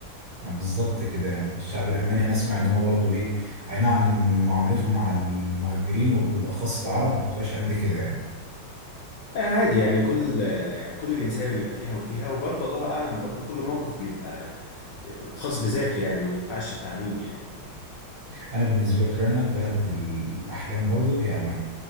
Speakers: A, on the right; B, on the left.
A: يعني بالظبط كده يعني الشعب الالماني انا اسمع ان هو برضو ايه اي نعم معاملتهم مع المهاجرين وبالاخص العرب بتبقاش قد كده يعني
B: آه عادي يعني كل يعني كل جنسيه بيبقى فيها وفيها وبرضه الله اعلم برضه كل موقف بيبقى خاص بذاته يعني ما ينفعش تعميم يعني
A: انا بالنسبه لي انا بلد الاحلام برضو هي المانيا